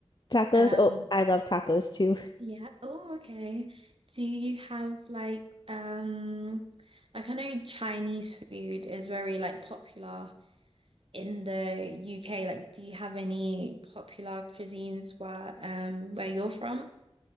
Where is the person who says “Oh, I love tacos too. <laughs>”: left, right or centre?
Left